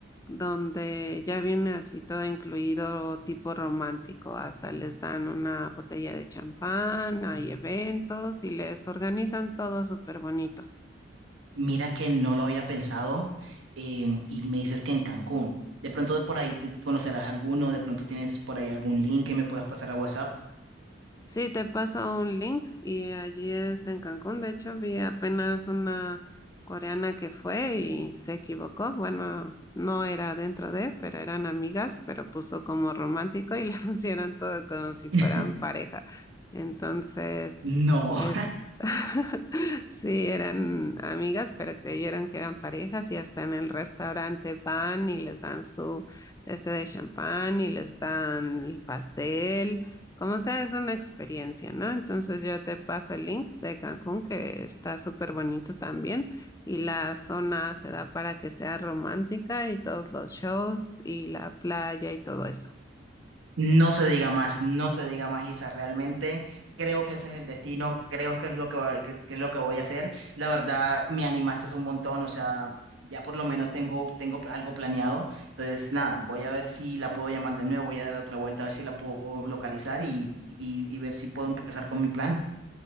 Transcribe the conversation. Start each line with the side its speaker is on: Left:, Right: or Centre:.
Left: donde ya viene así todo incluido tipo romántico. Hasta les dan una botella de champán, hay eventos y les organizan todo súper bonito.
Right: Mira que no lo había pensado, em, y me dices que en Cancún. De pronto de por ahí te conocerás alguno, de pronto tienes por ahí algún link que me puedas pasar a WhatsApp.
Left: Sí, te paso un link y allí es en Cancún. De hecho, vi apenas una coreana que fue y se equivocó. Bueno, no era dentro de, pero eran amigas, pero puso como romántico y <laughs> le pusieron todo como si fueran
Right: <laughs>
Left: pareja. Entonces,
Right: No.
Left: es, <laughs> sí, eran amigas, pero creyeron que eran parejas y hasta en el restaurante van y les dan su este de champán y les dan el pastel. Como sea, es una experiencia, ¿no? Entonces yo te paso el link de Cancún, que está súper bonito también, y la zona se da para que sea romántica y todos los shows y la playa y todo eso.
Right: No se diga más, no se diga más, Isa. Realmente creo que ese es el destino, creo que es lo que, voy- que- que es lo que voy a hacer. La verdad, me animaste un montón, o sea, ya por lo menos tengo, tengo algo planeado. Entonces, nada, voy a ver si la puedo llamar de nuevo, voy a dar otra vuelta a ver si la puedo localizar y, y, y ver si puedo empezar con mi plan.